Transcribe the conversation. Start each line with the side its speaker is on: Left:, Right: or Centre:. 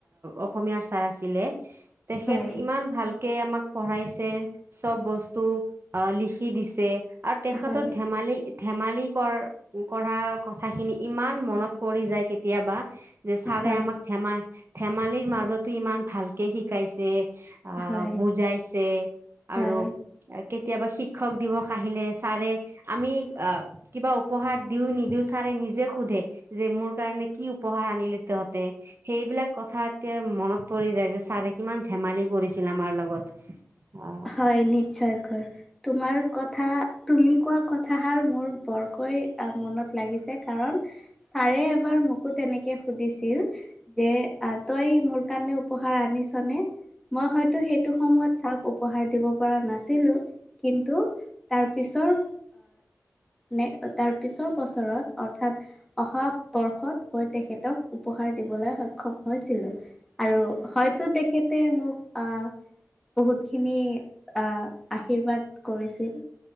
Right: অসমীয়াৰ ছাৰ আছিলে। তেখেত
Centre: হয়
Right: ইমান ভালকে আমাক পঢ়াইছে। চব বস্তু আহ লিখি দিছে। আৰু তেখেত
Centre: হয়
Right: ৰ ধেমালি ধেমালি কৰ কৰাঢ কথাখিনি ইমান মনত পৰি যায় কেতিয়াবা। যে ছাৰে
Centre: হয়
Right: আমাক ধেমা ধেমালিৰ মাজতো ইমান ভালকে শিকাইছে। অহ
Centre: হয়
Right: বুজাইছে
Centre: হয়
Right: আৰু কেতিয়াবা শিক্ষক দিৱস আহিলে ছাৰে আমি আহ কিবা উপহাৰ দিও নিদিও ছাৰে নিজে সোধে যে মোৰ কাৰনেে কি উপহাৰ আনিলে তহঁতে? সেইবিলাক কথা এতিয়া মনত পৰি যায় যে ছাৰে কিমান ধেমালি কৰিছিল আমাৰ লগত। অ
Centre: হয় নিশ্চয়কৈ। তোমাৰ কথা তুমি কোৱা কথাষাৰ মোৰ বৰকৈ মনত লাগিছে কাৰণ ছাৰে এবাৰ মোকো তেনেকে সুধিছিল যে, তই মোৰ কাৰণে উপহাৰ আনিছনেে? মই হয়তো সেইটো সময়ত চ উপহাৰ দিব পৰা নাছিলোঁ। কিন্তু তাৰ পিছৰ ন তাৰ পিছৰ বছৰত অৰ্থাৎ অহা বৰ্ষত মই তেখেতক উপহাৰ দিবলৈ সক্ষম হৈছিলো। আৰু হয়তো তেখেতে মোক আহ বহুত খিনি আহ আশীৰ্বাদ কৰিছিল।